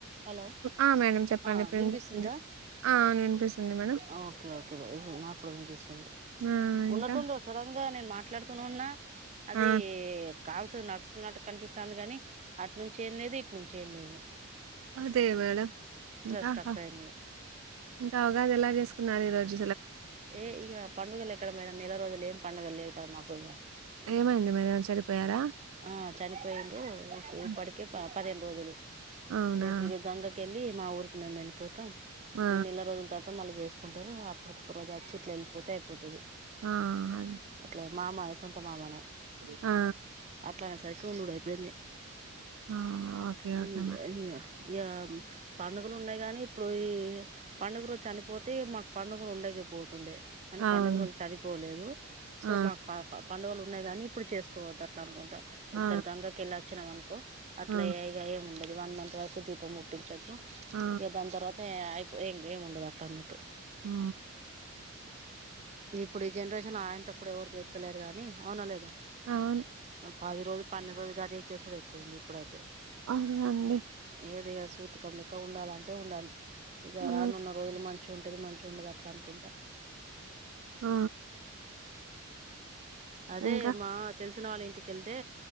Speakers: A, on the right; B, on the right.
A: హలో
B: ఆ! మేడం చెప్పండి
A: ఆ
B: ఇప్పుడు
A: వినిపిస్తుందా
B: వినిపిస్తుంది. ఆ! అవును వినిపిస్తుంది మేడం.
A: ఆ ఓకే ఓకే బ నా కూడా వినిపిస్తుంది.
B: ఆ!
A: ఉన్నటుండు
B: ఇంకా
A: సడంగా నేను మాట్లాడుతూనే ఉన్నా అది,
B: ఆ!
A: కాల్స్ నడుస్తున్నట్టు కనిపిస్తుంది. కాని అటు నుంచేంలేదు, ఇటు నుంచేంలేదు.
B: అదే మేడమ్ ఇంకా
A: స్ట్రక్
B: హ
A: అయింది
B: ఇంకా ఉగాది ఎలా చేసుకున్నారు. ఈ రోజు
A: ఏ ఇగ పండుగలు ఎక్కడ మేడం నెల రోజులు ఏం పండుగ లేక మాకు
B: ఏమైంది మరి ఏమైనా చనిపోయారా?
A: ఆ చనిపోయిండ్రు
B: హ్మ్.
A: ఇపడికే పా పదిహేను రోజులు
B: అవునా!
A: రేపు ఇగ గంగకి వెళ్ళి మా ఊరికి మేం వెళ్ళిపోతాం.
B: ఆ!
A: ఇ నెల రోజుల తర్వాత మళ్ళీ చేసుకుంటరు. అప్పుడు ఒక్క రోజు వచ్చి ఇట్లా వెళ్ళిపోతే అయిపోతది.
B: ఆ అదే
A: అట్లా మామ సొంత మామనే
B: ఆ
A: ఇట్లా సైకోనూడిపోయ్
B: ఆ! ఓకే. ఓకే
A: ఇగ
B: మ్యామ్.
A: ఇగ ఈగ పండుగలు ఉన్నాయి గానీ, ఇప్పుడు ఈ పండుగ రోజు చనిపోతే మాకు పండుగ ఉండకపోతుండే అని
B: అవును.
A: పండుగ రోజు చనిపోలేదు సో
B: ఆ!
A: మాకు పండుగలు ఉన్నాయి గాని ఇప్పుడు చేసుకోవద్దు అట్లా అనుకుంటా
B: ఆ!
A: ఒకసారి గంగకు వెల్లి వచ్చినా అను అట్లా
B: ఆ!
A: ఇక ఏమి ఉండదు వన్ మంత్ వరకు దీపం ముట్టించొద్దు
B: ఆ!
A: ఇక దాని తర్వాత అయిపో ఇంక ఏమి ఉండదు అట్లా అన్నట్టు
B: ఆ
A: ఇప్పుడు ఈ జనరేషన్ ఐంత కూడా ఎవరు చేత్తలేరు గానీ అవునలేదు
B: అవును.
A: పాది రోజులు పన్ను రోజుగాది చేసుడు ఎక్కువ ఉంది ఇప్పుడైతే
B: అదే అండి.
A: ఏది గద్ సూతకం లెక్క ఉండాలంటే ఉండాలి ఇక
B: ఆ!
A: రానున్న రోజులు మంచి మంచిగ ఉంటది మంచిగ ఉండదు అట్లా అనుకుంట
B: ఆ
A: అదే
B: ఇంకా
A: మా తెలిసిన వాళ్ళ ఇంటికి ఎళ్తే